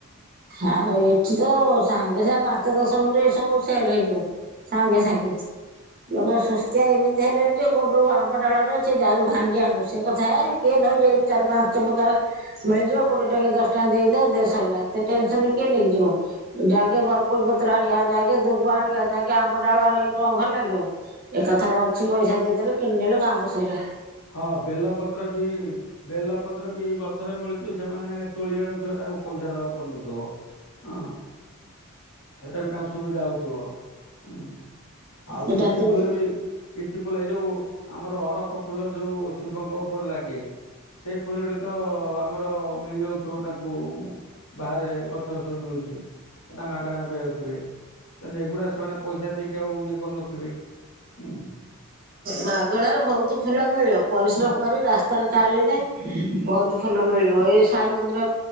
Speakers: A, on the right (about 40°); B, on the left (about 75°).
A: ଆଉ ଏଠି ତ ସାଙ୍ଗେ ସାଙ୍ଗେ ପାଞ୍ଚ ଦଶ ମିନିଟ ସବୁ ସେଲ ହେଇଯିବ ସାଙ୍ଗେ ସାଙ୍ଗେ ଲୋକ ସୁସତିଆ ଏମିତି ହେଲେଣି ଯେ କୋଉଠୁ ଆମ୍ବ ଡାଳେ ଅଛି ଯାଉଚୁ ଭାଙ୍ଗି ଆଣିବୁ ସେ କଥା ଏ କିଏ ନଉଚି ଏଇଠୁ ଚାରି ପାଞ୍ଚ ପ୍ରକାର ମିଳିଯିବ। କୋଡିଏ ଟଙ୍କା ଦଶ ଟଙ୍କେ ଦେଇଦଅ ଦେ ସରିଲା ଏତେ ଟେନସନ କିଏ ନେଇକିଯିବ ଯାକେ ବରକୁଳ ପତ୍ର ଆଣିବା ଯାଗେ ଦୁବ ଆଣିବା ଯାଗେ ଆମ୍ବ ଡାଳ ଆଣିବା କଣ ଭଲ ଲାଗିବ ଏକାଥରେ ଅଛି ପଇସା ଦେଇଦେଲେ କିଣିଦେଲେ କାମ ସଇଲା।
B: ହଁ ବେଲପତ୍ର ବି ବେଲପତ୍ର ବି ଗଛରେ ମିଳୁଚି ସେ। ମାନେ ତୋଳି ଆଣୁଥିବେ ତାଙ୍କୁ ପଇସା ଦବାକୁ ପଡୁ ନଥିବ ହଁ ହେଟା ବି ତାଙ୍କୁ ସୁବିଧା ହଉଥୁବ। ହୁଁ ଆଉ
A: ଏଇଟା
B: କିଛି
A: ତୁ
B: ଫୁଲ ବି କିଛି ଫୁଲ ଏ ଯୋଉ ଆମର ଅରଖ ଯୋଉ ଶିବଙ୍କ ଉପରେ ଲାଗେ ସେଇ ଫୁଲଟି ତ ଆମର ମିଳି ଯାଉଥିବ ତାଙ୍କୁ ବାହାରେ ଗଛର ସବୁ ମିଳୁଚି। ହେଟା ମାଗଣାରେ ପାଇଯାଉଥିବେ। ତାନେ ଏଗୁଡା ସେମାନେ ପଇସା ଦେଇକି ଆଉ ଇଏ କରୁନଥିବେ ହୁଁ।
A: ମାଗଣାରେ ବହୁତ ଫୁଲ ମିଳିବ ପରିଶ୍ରମ କରି ରାସ୍ତାରେ ଚାଲେନେ ବହୁତ ଫୁଲ ମିଳିବ ଏଇ ସାଇ ମନ୍ଦିର